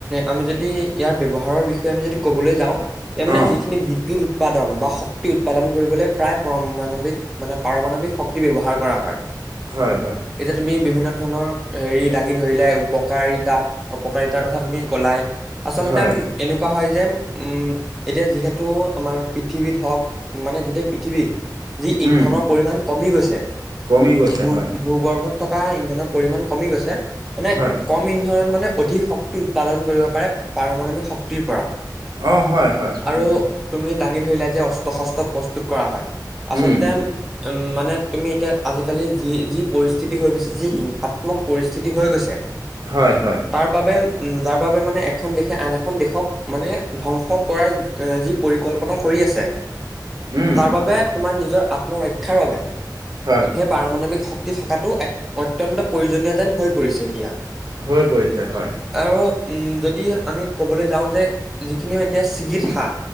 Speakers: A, in the centre; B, on the right.
A: আমি যদি ইয়াৰ ব্যৱহাৰৰ বিষয়ে আমি যদি ক'বলৈ যাওঁ ইয়াৰ মানে
B: অ
A: যিখিনি বিদ্যুৎ উৎপাদন বা শক্তি উৎপাদন কৰিবলৈ প্ৰায় পৰমাণৱিক মানে পাৰমাণৱিক শক্তি ব্যৱহাৰ কৰা হয় হয়
B: হয় হয়
A: এতিয়া তুমি বিভিন্ন ধৰণৰ হেৰি দাঙি ধৰিলাই উপকাৰীতা অপকাৰিতাৰ কথা তুমি কলাই আচলতে
B: হয়
A: এনেকুৱা হয় যে উম এতিয়া যিহেতু আমাৰ পৃথিৱীত হওক মানে গোটেই পৃথিৱীত যি
B: উম
A: ইন্ধনৰ পৰিমাণ কমি গৈছে
B: কমি গৈছে
A: ভূ
B: হয়,
A: ভূগৰ্ভত থকা ইন্ধনৰ পৰিমাণ কমি গৈছে মানে
B: হয়,
A: কম ইন্ধনত মানে অধিক শক্তি উৎপাদন কৰিব পাৰে পাৰমানৱিক শক্তিৰ পৰা
B: অ হয় হয়
A: আৰু
B: উম
A: তুমি দাঙি ধৰিলা যে অস্ত্ৰ শস্ত্ৰ প্ৰস্তুত কৰা হয় আচলতে
B: উম,
A: উম মানে তুমি এতিয়া আজিকালি যি যি পৰিস্থিতি হৈ গৈছে যি হিংসাত্মক পৰিস্থিতি হৈ গৈছে
B: হয় হয়
A: তাৰ বাবে উম যাৰ বাবে মানে এখন দেশে আন এখন দেশক মানে ধ্বংস কৰাৰ এ' যি পৰিকল্পনা কৰি আছে
B: উম,
A: তাৰ বাবে তোমাৰ নিজৰ আত্মৰক্ষাৰ বাবে।
B: হয়।
A: সেই পাৰমানৱিক শক্তি থকাটো অত্যন্ত প্ৰয়োজনীয় যেন হৈ পৰিছে এতিয়া।
B: হৈ পৰিছে হয়।
A: আৰু উম যদি আমি ক'বলৈ যাওঁ যে যিখিনি এতিয়া চিগিত সা